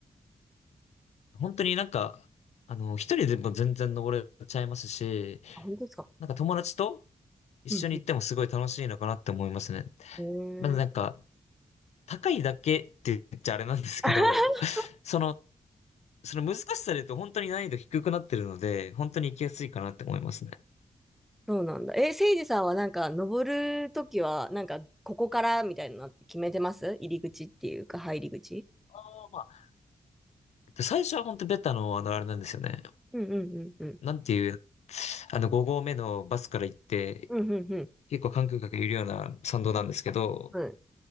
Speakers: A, on the left; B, in the centre.
A: 本当になんか、あの、一人でも全然登れちゃいますし、
B: あ、本当ですか
A: なんか友達と一緒に行ってもすごい楽しいのかなって思いますね。
B: うん。へー
A: まだなんか、高いだけって言っちゃあれなんですけど、
B: <laughs>
A: <laughs> その、その難しさで言うと本当に難易度低くなってるので、本当に行きやすいかなって思いますね。
B: そうなんだ。え、せいじさんはなんか登るときは、なんかここからみたいなのって決めてます入り口っていうか入り口
A: ああ、まあ、最初は本当ベタの、あの、あれなんですよね。
B: うんうんうんうん。
A: なんていう、あの、5合目のバスから行って、
B: うんうんうん。
A: 結構観光客いるような参道なんですけど、
B: うん。